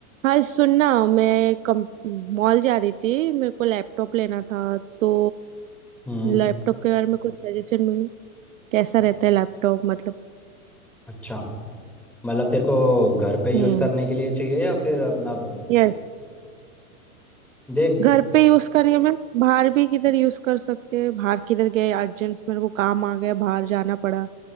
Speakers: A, on the right; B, in the centre.
A: हाँ सुनना मैं कम मॉल जा रही थी मेरे को लैपटॉप लेना था तो
B: हम्म
A: लैपटॉप के बारे में कुछ सजेशन मिल कैसा
B: अ-
A: रहता है लैपटॉप मतलब
B: अच्छा मतलब तेरे को घर पे यूज़
A: हम्म
B: करने के लिए चाहिए या फिर अपना क्या-
A: यस
B: देख
A: घर पे यूज करेंगे मैं बाहर भी किधर यूज कर सकते हैं बाहर किधर गए अर्जेंट मेरे को काम आ गया बाहर जाना पड़ा